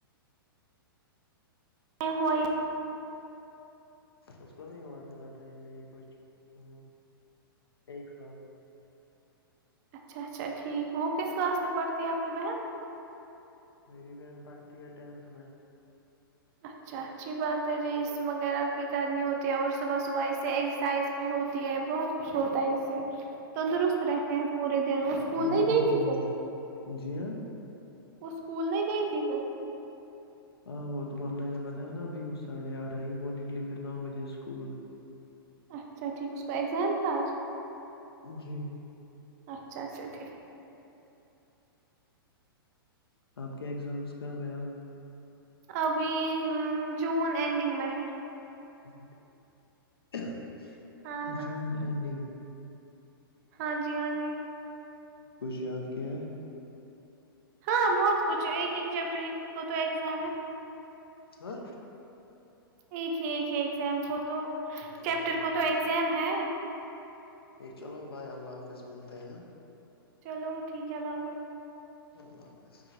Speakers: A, on the right; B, on the left.
A: م ہو <unintelligible>
B: اس کا نہیں بت زیادہ ٹائم یہ کچھ ہ ایک سال <unintelligible>
A: اچھا اچھا ٹھیک وہ کس کلاس میں پڑھتی ہے آپ کی بہن
B: میری بہن پڑھتی ہے ٹینتھ میں
A: اچھا اچھی بات ریس وغیرہ کی کرنی ہوتی ہو اور صبح صبح اس سے ایکسرسائز بھی ہوتی ہے بہت کچھ ہوتا ہے اس سے تندرست رہتے ہیں پورے دن وہ اسکول
B: دیوان
A: نہیں گئی
B: بھی تنگ
A: تھی جب
B: ہے جی ہاں
A: وہ اسکول نہیں گئی تھی پھر
B: ہاں وہ تو میں نے بتایا نا ابھی وہ ساڑھے آٹھ آئی وہ نکلی پھر نو بجے اسکول
A: اچھا ٹھیک اس کا ایگزام تھا آج
B: جی
A: اچھا اچھا ٹھیک
B: آپ کے اگزامس کا بیا
A: ابھی جون اینڈنگ میں ہے
B: اس س <unintelligible>
A: ہاں
B: جوون اینڈنگ
A: ہاں جی ہاں جی
B: کچھ یاد کیا
A: ہاں بہت کچھ ایک ایک چیپٹر کو تو ایگزام ہے
B: ہاں
A: ایک ہے ایک ہے ایکزام کو تو
B: اچھا
A: چیپٹر
B: ٹھیک
A: کو
B: ٹھیک
A: تو ایگزام ہے
B: ٹھیک چلو بھائی اللہ حافظ ملتے ہیں ہاں
A: چلو ٹھیک ہے لا پھر
B: اللہ حافظ